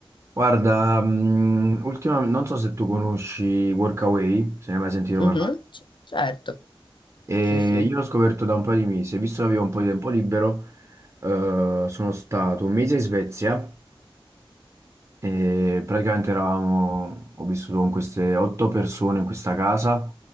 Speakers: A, on the right; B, on the left.
A: guarda, mh, ultima- non so se tu conosci Workaway, se ne hai mai sentito
B: Mhm,
A: parlare.
B: c- certo,
A: E
B: sì, sì,
A: io l'ho scoperto da un paio di mesi, e visto che avevo un po' di tempo libero, eh, sono stato un mese in Svezia e praticamente eravamo, ho vissuto con queste otto persone in questa casa,